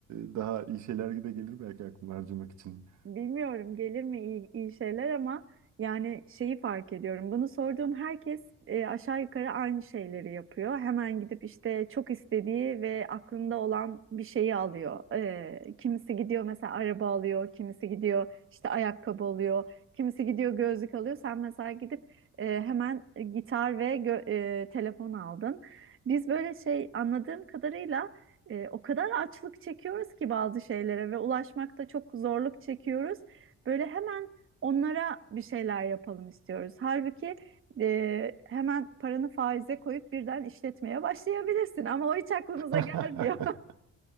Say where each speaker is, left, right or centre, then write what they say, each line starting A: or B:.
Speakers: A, on the right (about 70°); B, on the right (about 45°).
A: e, daha iyi şeyler de gelir belki aklıma harcamak için.
B: Bilmiyorum gelir mi iyi, iyi şeyler ama yani şeyi fark ediyorum. Bunu sorduğum herkes e, aşağı yukarı aynı şeyleri yapıyor. Hemen gidip işte çok istediği ve aklında olan bir şeyi alıyor. E, kimisi gidiyor mesela araba alıyor, kimisi gidiyor işte ayakkabı alıyor, kimisi gidiyor gözlük alıyor. Sen mesela gidip e, hemen gitar ve gö- e, telefon aldın. Biz böyle şey anladığım kadarıyla. E, o kadar açlık çekiyoruz ki bazı şeylere ve ulaşmakta çok zorluk çekiyoruz. Böyle hemen onlara bir şeyler yapalım istiyoruz. Halbuki e, hemen paranı faize koyup birden işletmeye başlayabilirsin ama o hiç aklımıza
A: <laughs>
B: gelmiyor.